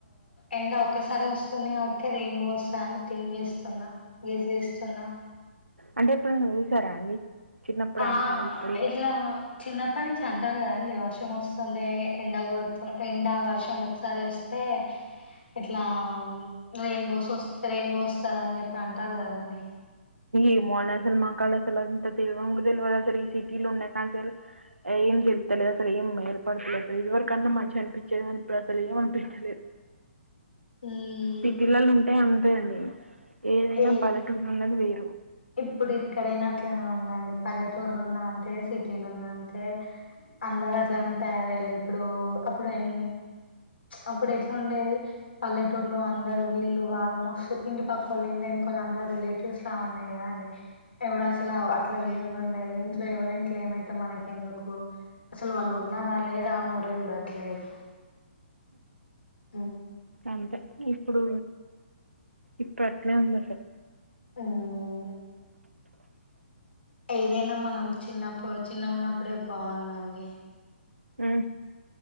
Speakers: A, on the left (about 65°); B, on the right (about 80°).
A: ఎండ ఒక్కసారి వస్తుంది కాబట్టి రెయిన్బో వస్తదని థింక్ చేస్ వున్నా గజ్ జెస్తున్నా
B: అంటే ఎప్పుడన్న చూసారా అండి చిన్నప్పుడైనా
A: ఆ
B: ఇప్పుడు ఇలా
A: ఎట్లా చిన్నప్పటి నుంచి అంటారు కదండి వర్షం వస్తుంది ఎండ కొడుతు ఎండ వర్షం ఒకసారి వస్తే టే ఇట్లా రెయిన్ బోస్ వస్త రెయిన్ బో వస్తద అని చెప్పి అంటారు కదండి
B: ఏమో అండీ అసలు మాకసలు అంత తెల్వన్ కూడా తెల్వద్ అసలు ఈ సిటీల ఉన్న కాంచీ అసలు ఏం జలుతలేదు అసలు ఏం ఏర్పడత లేదు అసలు ఇదివరకన్న మంచిగ అనిపించేది కానీ అసలు ఇపుడు ఏం అనిపిస్తలేదు
A: మ్మ్
B: సిటిలల ఉంటే అంతే అండీ ఏదైనా
A: ఏ
B: పల్లెటూరు ఉన్నది వేరు
A: ఇప్పుడు ఇక్కడైనా అట్లనే ఉందండి పల్లెటూరులో ఉన్నా అంతే సిటీలు ఉన్నా అంతే అందరు అట్లనే తయారయ్యాలి ఇప్పుడు అప్పుడు ఎం అప్పుడు ఎట్ల ఉండేది పల్లెటూరులో అందరు వీళ్ళు వాళ్ళు మస్తు ఇంటి పక్కొల్లు ఏందా గాలందరు రిలేటివ్స్లా ఉండే ఏం అండి ఎవడు అసలు అట్లా లేని కూడా లేదు ఇంట్లో ఎవరి ఇంట్లో ఏమైతే మనకి ఎందుకు అసలు వాళ్ళు ఉన్నారా లేదా అని కూడా చూడట్లేదు ఓ
B: అంతే ఇప్పుడు ఇప్పట్లా ఏంద్ అసల్
A: మ్మ్ ఏదైనా మనం చిన్నప్పుడు చిన్న ఉన్నప్పుడే బాగుందండి
B: ఊ